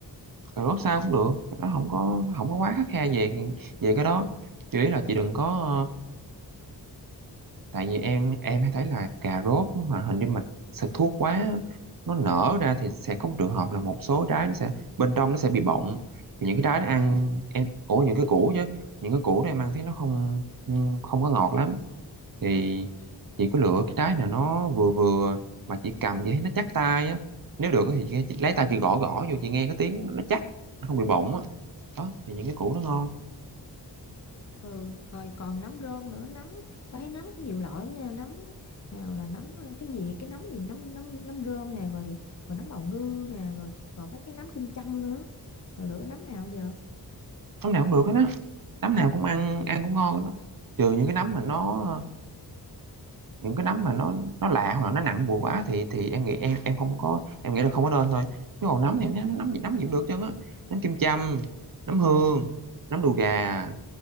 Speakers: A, on the right; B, on the left.
A: cà rốt sao cũng được nó không có không có quá khắt khe về về cái đó chỉ là chị đừng có tại vì em em hay thấy là cà rốt nó mà hình như mình xịt thuốc quá nó nở ra thì sẽ có một trường hợp là một số trái nó sẽ bên trong nó sẽ bị bọng thì những cái trái nó ăn em ủa những cái củ chứ những cái củ đó em ăn thấy nó không không có ngọt lắm thì chị có lựa cái trái nào nó vừa vừa mà chị cầm vậy thấy nó chắc tay á nếu được thì chị, chị lấy tay chị gõ gõ vô chị nghe cái tiếng nó chắc nó không bị bọng á đó thì những cái củ nó ngon
B: ừ rồi còn nấm rơm nữa nấm tao thấy nấm cũng nhiều loại lắm nha nấm nào là nấm à, cái gì cái nấm gì nấm nấm nấm rơm nè rồi rồi nấm bào ngư nè rồi còn mấy cái nấm kim châm nữa rồi lựa cái nấm nào giờ
A: nấm nào cũng được hết á nấm nào cũng ăn ăn cũng ngon hết á trừ những cái nấm mà nó những cái nấm mà nó nó lạ hoặc là nó nặng mùi quá thì thì em nghĩ em em không có em nghĩ là không có nên thôi chứ còn nấm thì nó- nấm gì nấm gì cũng được chứ á nấm kim châm nấm hương nấm đùi gà